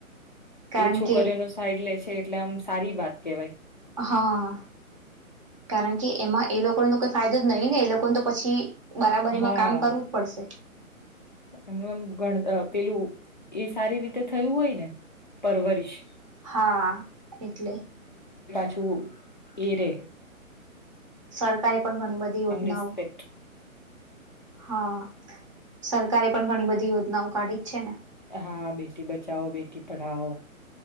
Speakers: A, on the right; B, on the left.
A: કારણ
B: એ છોકરીઓ
A: કે
B: ને સાઈડ લે છે એટલે આમ સારી વાત કેવાય.
A: હા કારણ કે એમાં એ લોકોને તો કોઈ ફાયદો જ નહિને એ લોકોને તો પછી. બરાબરીમાં
B: હા
A: કામ કરવું જ પડશે.
B: એમનું એમ ગણ અ પેલું એ સારી રીતે થયું હોય ને પરવરિશ
A: હા એટલે.
B: છું એરે
A: સરકારે પણ ઘણી બધી યોજનાઓ
B: રિસ્પેક્ટ
A: હા સરકારે પણ ઘણી બધી યોજનાઓ કાઢી જ છે ને.
B: હા બેટી બચાઓ બેટી પઢાઓ